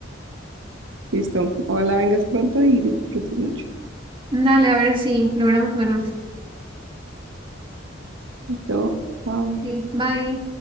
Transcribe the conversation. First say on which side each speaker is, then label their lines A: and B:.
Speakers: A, on the right; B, on the right.
A: Listo. Ojalá vengas pronto y disfrutes mucho.
B: Dale, a ver si logramos vernos.
A: Todo. Chao.
B: Ok, bye.